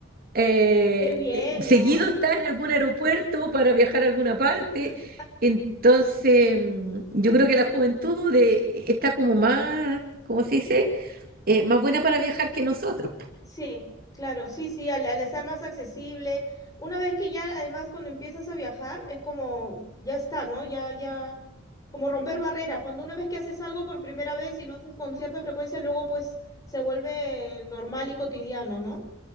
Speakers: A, on the right (about 50°); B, on the left (about 20°).
A: eh,
B: Qué bien,
A: eh, seguido
B: ¿no?
A: está en algún aeropuerto para viajar a alguna parte.
B: <laughs>
A: Entonces, mm, yo creo que la juventud de- está como más, ¿cómo se dice? Eh, más buena para viajar que nosotros.
B: Sí, claro, sí, sí, al, al estar más accesible, una vez que ya, además, cuando empiezas a viajar, es como, ya está, ¿no? Ya, ya, como romper barreras. Cuando una vez que haces algo por primera vez y lo haces con cierta frecuencia, luego pues se vuelve normal y cotidiano, ¿no?